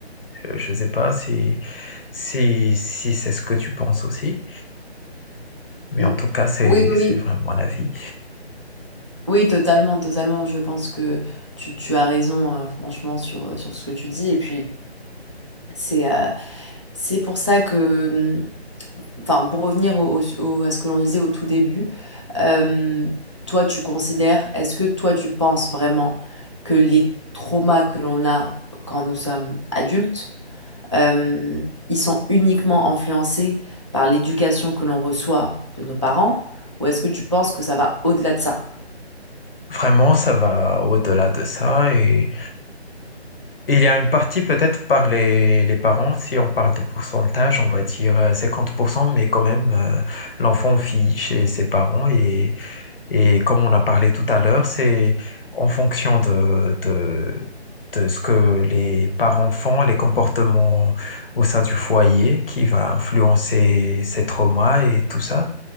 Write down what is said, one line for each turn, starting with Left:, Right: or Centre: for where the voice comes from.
Left: euh, Je ne sais pas si, si, si c'est ce que tu penses aussi, mais
Right: Mm.
Left: en tout cas, c'est,
Right: Oui, oui,
Left: c'est
Right: oui.
Left: vraiment mon avis.
Right: Oui, totalement, totalement. Je pense que tu, tu as raison, euh, franchement, sur, euh, sur ce que tu dis. Et puis, c'est euh, c'est pour ça que. mmh, enfin, pour revenir au- au- au- à ce que l'on disait au tout début, euh, toi, tu considères, est-ce que toi, tu penses vraiment que les traumas que l'on a quand nous sommes adultes, euh, ils sont uniquement influencés par l'éducation que l'on reçoit de nos parents, ou est-ce que tu penses que ça va au-delà de ça?
Left: Vraiment, ça va au-delà de ça. Et, et il y a une partie peut-être par les, les parents, si on parle de pourcentage, on va dire euh, 50%, mais quand même, euh, l'enfant fiche chez ses parents et, Et comme on a parlé tout à l'heure, c'est en fonction de, de, de ce que les parents font, les comportements au sein du foyer qui va influencer ces traumas et tout ça.